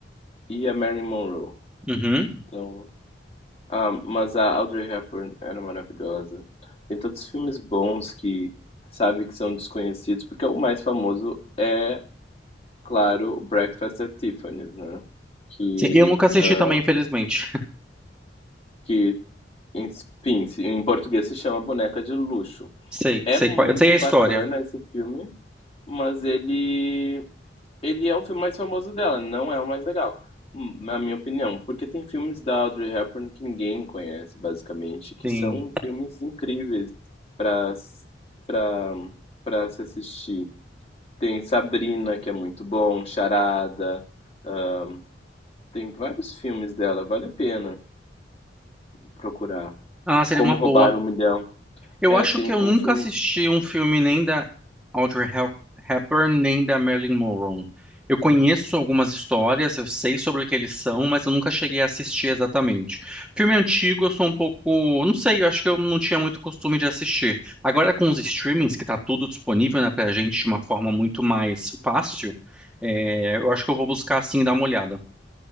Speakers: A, on the left; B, in the centre.
A: e a Marilyn Monroe.
B: Uhum.
A: Então, ah, mas a Audrey Hepburn era maravilhosa. Tem tantos filmes bons que sabe que são desconhecidos, porque o mais famoso é, claro, Breakfast at Tiffany's, né? Que,
B: Sim, eu nunca assisti
A: ah,
B: também, infelizmente. <laughs>
A: que enfim, se- em português se chama Boneca de Luxo.
B: Sei,
A: É
B: sei
A: muito
B: qual, eu sei a história.
A: bacana esse filme, mas ele Ele é o filme mais famoso dela, não é o mais legal, hum, na minha opinião, porque tem filmes da Audrey Hepburn que ninguém conhece, basicamente, que
B: Sim.
A: são filmes incríveis para para para se assistir. Tem Sabrina, que é muito bom, Charada, ah, tem vários filmes dela, vale a pena procurar.
B: Ah, seria
A: Como
B: uma
A: Roubar
B: boa.
A: um Milhão.
B: Eu
A: É,
B: acho
A: tem
B: que eu
A: um
B: nunca
A: filme
B: assisti um filme nem da Audrey Hep- Hepburn, nem da Marilyn Monroe. Eu conheço algumas histórias, eu sei sobre o que eles são, mas eu nunca cheguei a assistir exatamente. Filme antigo, eu sou um pouco, não sei, eu acho que eu não tinha muito costume de assistir. Agora com os streamings, que tá tudo disponível, né, pra gente de uma forma muito mais fácil, é, eu acho que eu vou buscar assim dar uma olhada.